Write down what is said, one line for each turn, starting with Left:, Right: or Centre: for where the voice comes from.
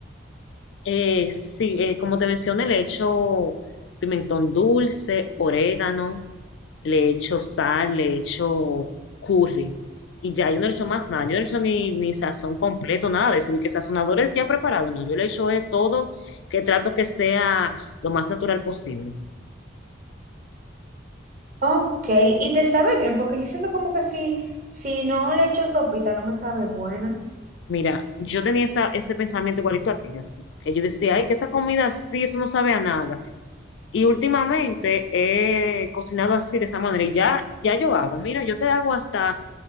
Left: Eh, sí, eh, como te mencioné, le echo pimentón dulce, orégano, le echo sal, le echo curry. Y ya yo no le echo más nada, yo no le echo ni, ni sazón completo, nada de eso, de que sazonadores ya preparados, no, yo le echo de todo que trato que sea lo más natural posible.
Right: Ok, y te sabe bien, porque yo siento como que si, si no le echo sopita no me sabe buena.
Left: Mira, yo tenía esa, ese pensamiento igualito a ti, así, que yo decía, ay, que esa comida sí, eso no sabe a nada. Y últimamente he cocinado así de esa manera y ya, ya yo hago, mira, yo te hago hasta